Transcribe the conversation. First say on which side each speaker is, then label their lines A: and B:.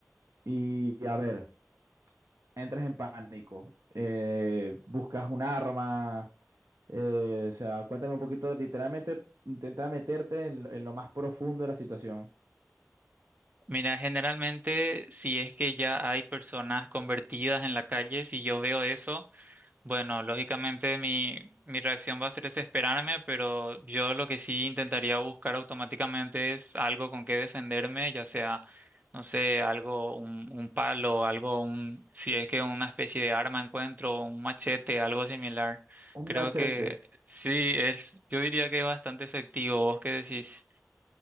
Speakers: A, on the right; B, on the right.
A: Y a ver. entras en pánico, eh, buscas un arma, eh, o sea, cuéntame un poquito, literalmente intenta meterte en, lo en lo más profundo de la situación.
B: Mira, generalmente si es que ya hay personas convertidas en la calle, si yo veo eso, bueno, lógicamente mi, mi reacción va a ser desesperarme, pero yo lo que sí intentaría buscar automáticamente es algo con que defenderme, ya sea, no sé, algo, un, un palo, algo, un, si es que una especie de arma encuentro, un machete, algo similar.
A: Un
B: Creo
A: machete,
B: que sí, es, yo diría que es bastante efectivo. ¿Vos qué decís?